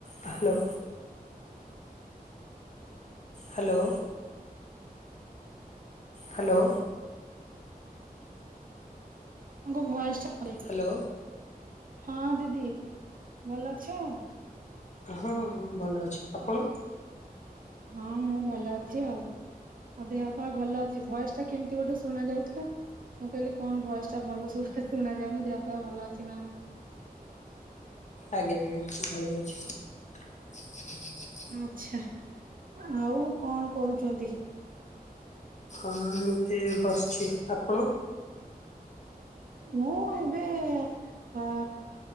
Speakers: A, on the left; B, on the right.
A: Hello. Hello. Hello.
B: ଆପଣଙ୍କ ଭଏସଟା <unintelligible>
A: hello
B: ହଁ ଦିଦି ଭଲ ଅଛ?
A: ହଁ- ମୁଁ ଭଲ ଅଛି। ଆପଣ?
B: ହଁ- ମୁଁ ଭଲ ଅଛି ଆଉ। ହଁ ଦେହ ପା ଭଲ ଅଛି, ଭଏସ ଟା କେମିତି ଗୋଟେ ଶୁଣା ଯାଉଥିଲା। ମୁଁ କହିଲି କଣ ଭଏସଟା ଭଲ <unintelligible> ଶୁଣା ଯାଉନି, ଦେହ ପାହ ଭଲ ଅଛି ନା
A: ଆଜ୍ଞା ଆଜ୍ଞା ଭଲ ଅଛି। ହ
B: ଆଚ୍ଛା, ଆଉ କଣ କରୁଛନ୍ତି?
A: ହଁ ଏମତି ବସିଛି। ଆପଣ?
B: ମୁଁ ଏବେ ଅ